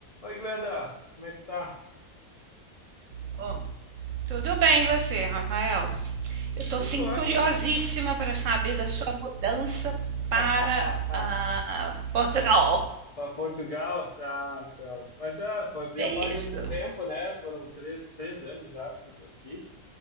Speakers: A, on the left; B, on the right.
A: Oi, Glenda, como é que está?
B: Bom, tudo bem você, Rafael? Eu estou
A: Tudo
B: sim
A: ótimo.
B: curiosíssima para saber da sua mudança
A: <laughs>
B: para ah, Portugal.
A: Para Portugal? Tá, então. Mas é, foi- já
B: É
A: faz
B: isso.
A: algum tempo, né? Foram três, três anos já que eu estou aqui.